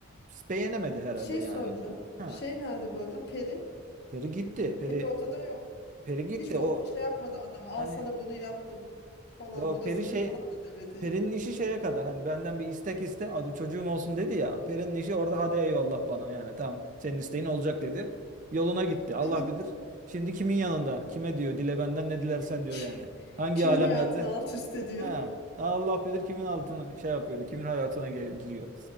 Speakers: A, on the right (about 35°); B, on the left (about 50°).
A: e, beğenemedi herhalde
B: bir şey
A: yani.
B: soracağım.
A: Ha.
B: Şey nerede bu arada? Peri.
A: Peri gitti. Peri
B: Peri ortada yok.
A: Peri gitti
B: Hiç mu-
A: o
B: şey yapmadı adama. Al
A: hani
B: sana bunu yaptım falan.
A: yok
B: Bu da
A: Peri
B: senin
A: şey
B: falan da demedi.
A: Peri'nin işi şeye kadar hani benden bir istek iste adı çocuğum olsun dedi ya. Peri'nin işi orada hadi eyvallah bana yani tamam senin isteğin olacak dedi. Yoluna gitti Allah
B: Ve gitti.
A: bilir. Şimdi kimin yanında kime diyor dile benden ne dilersen
B: <laughs>
A: diyor yani. Hangi
B: Kimin
A: alemlerde
B: hayatını alt üst ediyor.
A: He.
B: <laughs>
A: Allah bilir kimin altına şey yapıyor, yani kimin hayatına gel- giriyor.